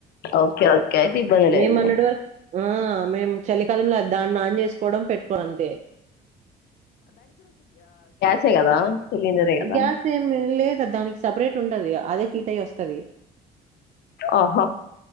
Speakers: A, on the left; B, on the right.
A: ఓకే. ఓకే. అయితే ఇబ్బంది లేదులే.
B: మేము మొ న్నటి వరకు ఆ మేము చలికాలంలో దాన్ని ఆన్ చేసుకోవడం పెట్టుకో అంతే
A: తే కదా సిలిండరే కదా!
B: గ్యాస్ ఏమి లేదు దానికి సపరేట్ ఉంటది అదే హీట్ అయి వస్తది
A: ఆహో